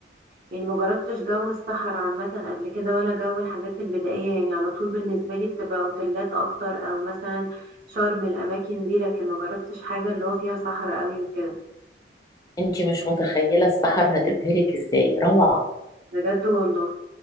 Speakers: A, on the right (about 50°); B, on the left (about 20°).
A: يعني ما جربتش جو الصحراء عامة قبل كده ولا جو الحاجات البدائية يعني على طول بالنسبة لي بتبقى اوتيلات اكتر او مثلا شرم الاماكن دي لكن ما جربتش حاجة اللي هو فيها صحراء قوي وكده
B: انت مش متخيله السحر هتبهرك ازاي روعه
A: بجد والله